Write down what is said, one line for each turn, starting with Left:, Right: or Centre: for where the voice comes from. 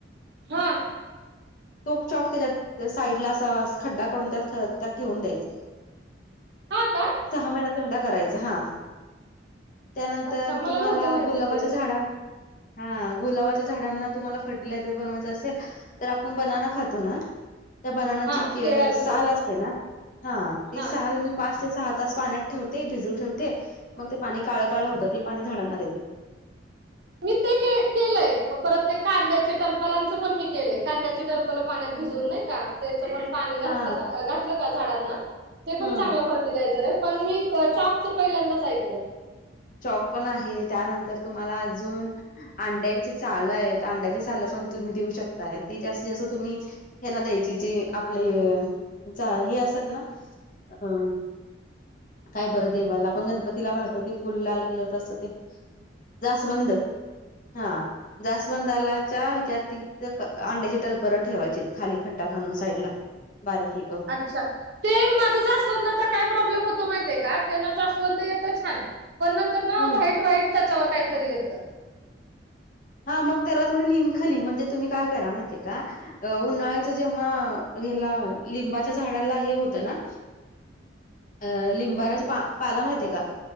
Right: हा!
Left: तोच चॉक त्याच्यात साईडला असं, खड्डा कडून त्यात त्यात ठेवून द्यायच.
Right: हा का!
Left: सहा महिन्यात एकदा करायचं हा, त्यानंतर
Right: अच्छा मला
Left: तुम्हाला
Right: नव्हतं माहिती
Left: गुलाबाच्या
Right: हे
Left: झाडा हा! गुलाबाच्या झाडांना तुम्हाला फर्टिलायझर बनवायचं असेल तर आपण बनाणा
Right: हं.
Left: खातो ना, त्या बनाण्याची
Right: हा
Left: के
Right: केळांचं
Left: साल असते ना हा! ती
Right: हा
Left: साल मी पाच ते सहा तास पाण्यात ठेवते. भिजू ठेवते.
Right: हा
Left: मग ते पाणी काळ, काळ होतं. ते पाणी झाडांना देते.
Right: मी ते के केलंय, परत ते कांद्याच्या टरपालांचं पण मी केलयं, कांद्याची टरपल पाण्यात भिजून नाही का, त्याच पण पाणी घातलं
Left: हा
Right: घातलं का झाडांना ते
Left: हम्म.
Right: पण चांगलं फर्टिलायझर आहे. पण मी चॉकच पहिल्यांदाच ऐकलं.
Left: चॉक पण आहे. त्यानंतर तुम्हाला अजून अंड्याची सालं आहेत. अंड्याची सालं पण तुम्ही देऊ शकताय ती जास्त जास्त तुम्ही ह्याला द्यायची जी, आपले जा हे असत ना अ! काय बरं देवाला! आपण गणपतीला वाहतो ते फुलं लाल कलरच असतं ते जास्वंद हा, जास वंदालाच्या ह्याच्यात ती, अंड्याचे टलपरं ठेवायचे खाली खड्डा खणून साईड ला बारकी!
Right: अच्छा! ते माझं जास्वंदाचा काय प्रॉब्लेम होतो माहिते का? तेना जास्वंद येत छान! पण नंतर ना
Left: हम्म
Right: व्हाइट, व्हाईट त्याच्यावर काहीतरी येतं.
Left: हा मग त्याला थोडी, निमखली म्हणजे तुम्ही काय करा माहिते हे का अ उन्हाळ्याच जेव्हा हेला लिंबाच्या झाडाला हे होतं ना अ लिंबाराची पा पाला माहितीय का?